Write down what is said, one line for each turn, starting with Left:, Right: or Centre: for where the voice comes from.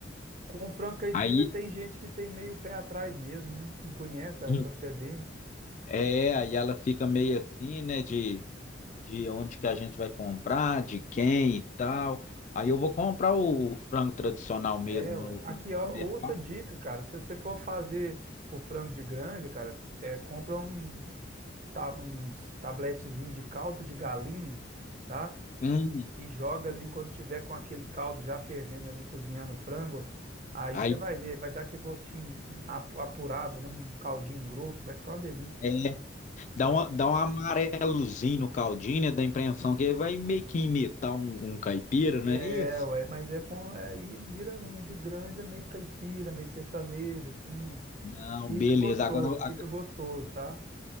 Right: Com o frango caipira
Left: Aí
Right: tem gente que tem meio pé atrás mesmo, né? Não conhece a
Left: em-
Right: procedência.
Left: é, aí ela fica meio assim, né? De, de onde que a gente vai comprar, de quem e tal. Aí eu vou comprar o, o frango tradicional mesmo
Right: É,
Left: no,
Right: ué. Aqui,
Left: no
Right: ó,
Left: supermercado.
Right: outra dica, cara. Se você for fazer com frango de granja, cara, é, compra um, ta- uns tabletezinho de caldo de galinha, tá?
Left: Hum,
Right: E joga ali quando tiver com aquele caldo já fervendo ali, cozinhando o frango. Aí
Left: aí
Right: você vai ver, vai dar aquele gostinho hum, apu- apurado, vai dar um caldinho grosso, vai ficar uma delícia,
Left: é, dá
Right: tá?
Left: uma, dá um amarelozinho no caldinho, né? Da impressão que vai meio que imitar um, um caipira, não
Right: É,
Left: é isso?
Right: ué, mas é com. é, Aí vira um de granja meio caipira, meio sertanejo, assim, ó.
Left: Não,
Right: Fica
Left: beleza.
Right: gostoso,
Left: Agora, eu- agora,
Right: fica gostoso, tá?